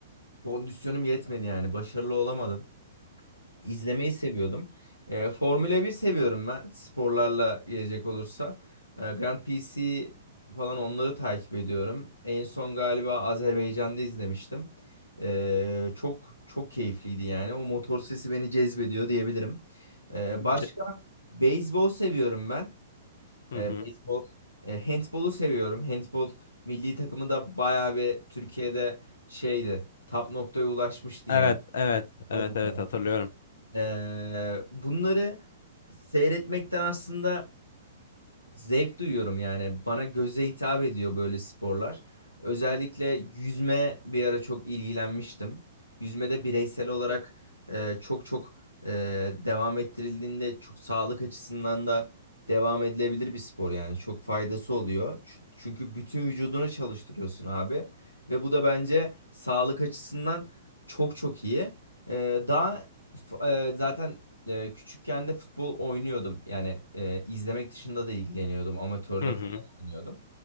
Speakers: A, on the left (about 85°); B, on the left (about 55°).
A: kondisyonum yetmedi yani. Başarılı olamadım. İzlemeyi seviyordum. Ee, Formula 1 seviyorum ben sporlarla gelecek olursa. Ee, Grand PC falan onları takip ediyorum. En son galiba Azerbaycan'da izlemiştim. Ee, çok çok keyifliydi yani. O motor sesi beni cezbediyor diyebilirim. Ee,
B: C-
A: başka Beyzbol seviyorum ben.
B: Hı
A: E,
B: hı.
A: beyzbol, e, handbolu seviyorum. Handbol milli takımı da bayağı bir Türkiye'de şeydi. Top noktaya ulaşmıştı
B: Evet,
A: yani.
B: evet,
A: Vardı
B: evet, evet
A: ya.
B: hatırlıyorum.
A: E, bunları seyretmekten aslında zevk duyuyorum yani. Bana göze hitap ediyor böyle sporlar. Özellikle yüzme bir ara çok ilgilenmiştim. Yüzmede bireysel olarak e, çok çok e, devam ettirildiğinde çok sağlık açısından da devam edilebilir bir spor yani. Çok faydası oluyor. Çü- Çünkü bütün vücudunu çalıştırıyorsun abi. Ve bu da bence sağlık açısından çok çok iyi. E, daha f- e, zaten e, küçükken de futbol oynuyordum. Yani e, izlemek dışında da ilgileniyordum. Amatörde
B: Hı
A: falan
B: hı.
A: oynuyordum.